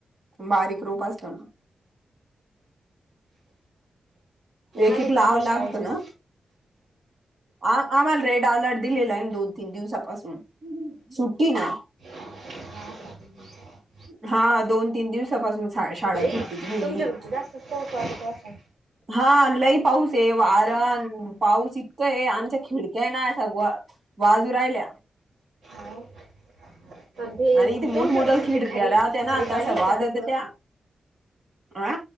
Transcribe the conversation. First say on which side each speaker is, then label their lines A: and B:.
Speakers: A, on the right (about 35°); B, on the right (about 85°).
A: बारीक रूप असतो ना एक
B: आले
A: एक
B: का
A: लावं
B: मुलं शाळेतून
A: लागतं ना आ आ मला रेड अलर्ट दिलेला आहे दोन तीन दिवसापासून सुट्टी ना
B: हा
A: हा दोन तीन दिवसापासून शाळाला
B: बाई
A: सुट्टी दिलेली
B: तुमच्याकडे तर जास्तच पाऊस वाटत असेल
A: हा लय पाऊस आर पा कस आहे आमच्या खिडक्या ना अश्या वाजू राहिल्या
B: हो म्हणजे
A: आणि इथे
B: तुमच्याकडे
A: मोठमोठ्या
B: म्हणजे
A: खिडक्या
B: खाली
A: राहत्या ना
B: खाली
A: त्या
B: पाणी
A: अशा
B: आहे
A: वाजत
B: का असं
A: त्या आ